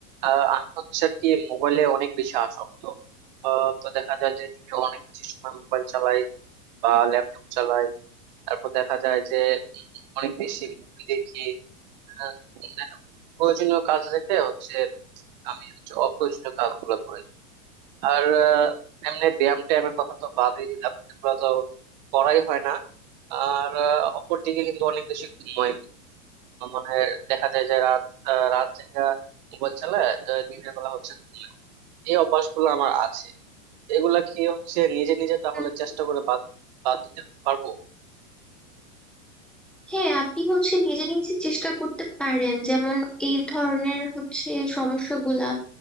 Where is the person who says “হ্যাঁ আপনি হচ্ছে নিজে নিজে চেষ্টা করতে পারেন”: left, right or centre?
Centre